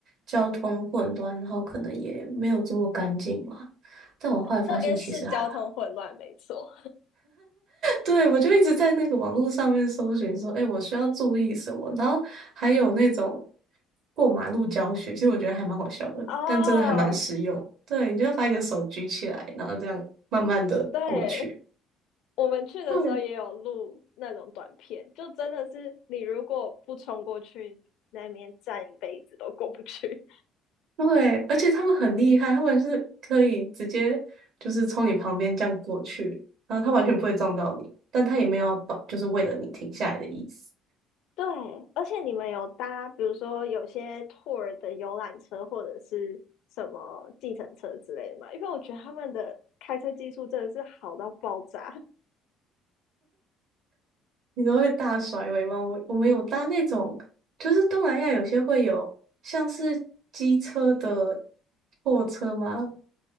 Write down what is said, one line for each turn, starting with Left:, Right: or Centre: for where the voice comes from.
Right: 交通混乱，然后可能也没有这么干净嘛？但我后来发现其实还好。
Left: 那边是交通混乱，没错。
Right: 对，我就一直在那个网络上面搜寻说，哎，我需要注意什么？然后还有那种过马路教学，其实我觉得还蛮好笑的，
Left: 哦，
Right: 但真的还蛮实用。对，你就要把你的手举起来，然后这样慢慢的过去。
Left: 对，我们去的时候也有录那种短片，
Right: 对
Left: 就真的是你如果不冲过去，你那边站一辈子都过不去。
Right: 对，而且他们很厉害，他们是可以直接就是从你旁边这样过去，然后他完全不会撞到你，但他也没有要保，就是为了你停下来的意思。
Left: 对，而且你们有搭，比如说有些 tour 的游览车或者是什么计程车之类的吗？因为我觉得他们的开车技术真的是好到爆炸，
Right: 你们会大甩尾吗？我我们有搭那种，就是东南亚有些会有像是机车的货车吗？